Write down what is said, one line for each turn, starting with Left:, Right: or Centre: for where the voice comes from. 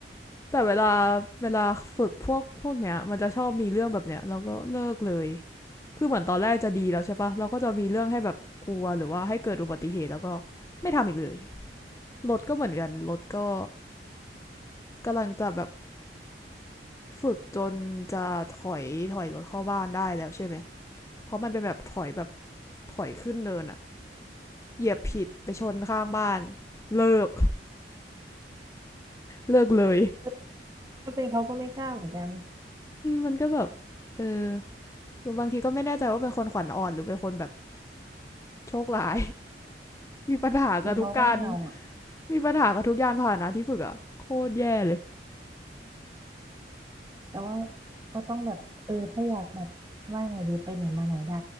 Left: แต่เวลาเวลาฝึกพวกพวกเนี้ยมันจะชอบมีเรื่องแบบเนี้ยแล้วก็เลิกเลยคือเหมือนตอนแรกจะดีแล้วใช่ปะเราก็จะมีเรื่องให้แบบกลัวหรือว่าให้เกิดอุบัติเหตุแล้วก็ไม่ทำอีกเลยรถก็เหมือนกันรถก็กำลังจะแบบฝึกจนจะถอยถอยรถเข้าบ้านได้แล้วใช่ไหมเพราะมันเป็นแบบถอยแบบถอยขึ้นเนินอะเหยียบผิดไปชนข้างบ้านเลิกเลิกเลย
Right: เออถ้าเป็นเขาก็ไม่กล้าเหมือนกัน
Left: มันก็แบบเออือบางทีก็ไม่แน่ใจว่าเป็นคนขวัญอ่อนหรือเป็นคนแบบโชคร้าย มีปัญหากับทุกการ
Right: เป็นเขาก็ไม่เอา
Left: มีปัญหากับทุกยานพาหนะที่ฝึกอะโคตรแย่เลย
Right: แต่ว่าก็ต้องแบบเออถ้าอยากแบบว่าไงดีไปไหนมาไหนได้